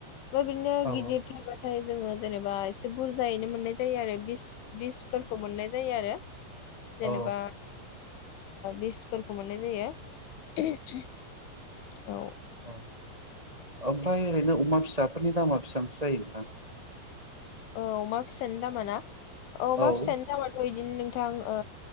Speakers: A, on the left (about 80°); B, on the right (about 20°).
A: बो बिनो
B: औ
A: गिदिर थार बाथाय जोङो जेनेबा एसे बुरजायैनो मोननाय जायो आरो बिस बिसफोरखौ मोननाय जायो आरो जेनेबा
B: औ
A: बिसफोरखौ मोननाय जायो <unintelligible> औ
B: औ ओमफ्राय ओरैनो अमा फिसाफोरनि दामा बेसेबांसो जायो नोंथां?
A: औ अमा फिसानो दामा ना? अमा
B: औ
A: फिसा नि दामाथ' बिदिनो नों थां ओ